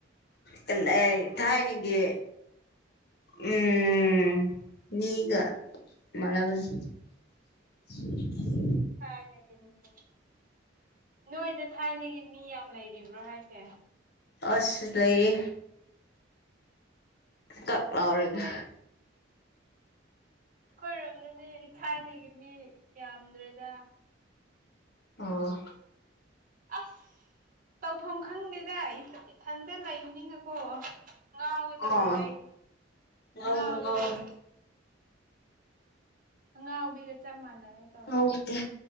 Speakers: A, on the left; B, on the right.
A: ꯇꯝꯅꯩ ꯊꯥꯏꯅꯒꯤ ꯎꯝ ꯃꯤꯒꯥ ꯃꯟꯅꯕꯁꯤ <inaudible>
B: ꯊꯥꯏꯅꯒꯤ ꯃꯤ <inaudible> ꯅꯣꯏꯗ ꯊꯥꯏꯅꯒꯤ ꯃꯤ ꯌꯥꯝ ꯂꯩꯔꯤꯕ꯭ꯔꯣ ꯍꯥꯏꯁꯦ
A: ꯑꯁ ꯂꯩꯔꯤ ꯀꯛ ꯂꯥꯎꯔꯒ
B: ꯑꯩꯈꯣꯏ ꯑꯩꯈꯣꯏꯔꯣꯝꯗꯗꯤ ꯊꯥꯏꯅꯒꯤ ꯃꯤ ꯌꯥꯝꯗ꯭ꯔꯦꯗ
A: ꯑꯣ
B: ꯑꯁ ꯇꯧꯐꯝ ꯈꯪꯗꯦꯗ ꯏꯊꯟ ꯏꯊꯟꯗ ꯂꯩꯕꯅꯤꯅꯀꯣ ꯉꯥꯎꯒ ꯇꯧꯔꯦ
A: ꯑꯣ
B: ꯑꯩ
A: ꯉꯥꯎꯒꯅꯨ
B: ꯉꯥꯎꯒꯗꯧꯔꯦ
A: ꯉꯥꯎꯒꯅꯨ
B: ꯑꯉꯥꯎꯕꯤꯒ ꯆꯞ ꯃꯥꯟꯅꯔꯦ ꯇꯧꯔꯤꯁꯦ
A: ꯉꯥꯎꯕꯗꯤ